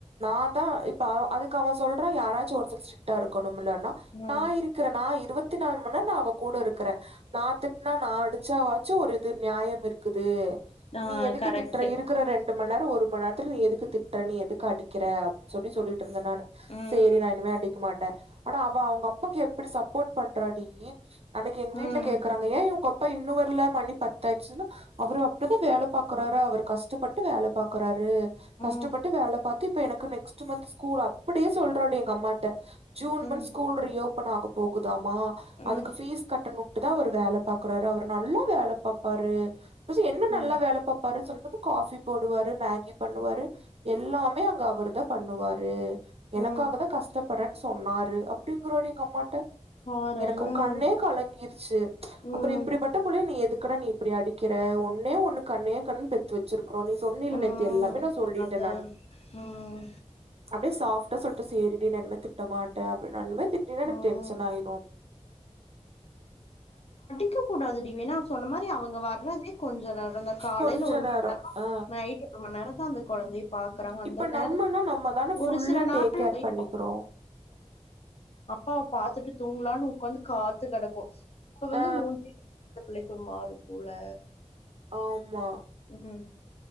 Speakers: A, on the right (about 55°); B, on the left (about 55°).
A: நான்தா இப்ப அதுக்கு அவன் சொல்றான் யாராச்சு ஒருத்தர் ஸ்ட்ரிக்டா இருக்கணும்லன்னு னா
B: ம்
A: நா இரு நா இருவத்தி நால் மணி நேரோ நா அவ கூட இருக்கிறே நா திட்னா நா அடிச்சா வாச்சு ஒரு இது நியாயம் இ ருக்குது
B: ஆ
A: நீ எதுக்கு
B: கரெக்ட்டு
A: திட்ற இருக்கிற ரெண்டு மண் நேரோ ஒரு கொஞ்ச நேரத்துல நீ எதுக்கு திட்ற நீ எதுக்கு அடிக்கிற அப் சொல்லி சொல்லி ட்டுருந்தே நானு
B: ம்
A: சேரி நா இனிமே அடிக்க மாட்டே ஆனா அவ அவுங்க அப்பாக்கு இப்டி சப்போர்ட் பண்றா டீ நீ அன்னைக்கு எங்க
B: ம்
A: வீட்ல கேக்கறாங்க ஏன் உங்க அப்பா இன்ன இன்னு வர்ல மணி பத்தாயிருச்சுனா அவரு அப்டிதா வேல பாக்குறாரு அவர் கஷ்டப்பட்டு வேல பாக்குறாரு
B: ம்
A: கஷ்டப்பட்டு
B: ம்
A: வேல பாத்து இப்ப எனக்கு க்கு நெக்ஸ்ட் மந்த் ஸ்கூல் அப்டியே சொல்றாடி எங்க அம்மாட்ட ஜீன்
B: ம்
A: மந்த் ஸ்கூல் ரியோப் பன் ஆக போகுதாமா
B: ம்
A: அதுக்கு ஃபீஸ் கட்டணும்ட்டுதா அவரு வேல பாக்குறாரு அவரு நல்லா வேல பாப்பாரு என்ன
B: ம்
A: நல்லா வேல பாப்பாரு சொன்னதுக்கு காஃபி போடுவாரு மேகி பண்ணுவாரு எல்லாமே அங்க அவ ருதா பண்ணுவாரு
B: ம்
A: எனக்காகதா கஷ்டப்படறன்னு சொன்னாரு அப்டிங்கிறாடி எங்க அம்மாட்ட
B: பாரே
A: எனக்கு உன் கண்ணே கலங்கிருச்சு
B: ம்
A: அப்றோ இப்டிப்பட்ட புள்ளய நீ எதுக்கு க்கிற நீ இப்டி அடிக்கிற ஒன்னே ஒன்னு கண்ணே கண்ணு பெத்து வெச்சிரு அப்புறோ நீ சொன்னியல்ல
B: ம்
A: நேத்து எல்லாமே நா சொல்லிட்டே
B: அதா
A: நானு
B: ம்
A: அப்டியே சாஃப்டா சொல்லிட்ட சேரிடி நா இனிமே திட்ட மாட்டே அப்டின்னாலுமே திட்டினா எனக்கு
B: ம்
A: டென்ஷன் ஆயிரு
B: க்க கூடாது அப்டி வேனா அவுங்க சொன்ன மாரி அவுங்க வர்றதே கொஞ்ச நேரந்தா காலைல
A: கொஞ்ச
B: ஒரு மண் நேரோ
A: ஆ
B: நைட் ரொம்ப நேரோந்தா அந்த கொழந்தைய பாக்கறாங்க அந்த
A: இப்ப
B: நேர
A: நம்மனா நம்ம தான ஃபுல்லா
B: ஒரு சில நாள்
A: டேக் கேர்
B: <inaudible>
A: பண்ணிக்கிறோ
B: அப்பாவ பாத்துட்டு தூங்கலான்னு உக்காந்து காத்து கெடக்கு அப்ப வந்து
A: ஆ
B: மூஞ்சி இந்த புள்ளைக்கு ஒரு மாரி இருக்குல்ல
A: ஆமா
B: ம்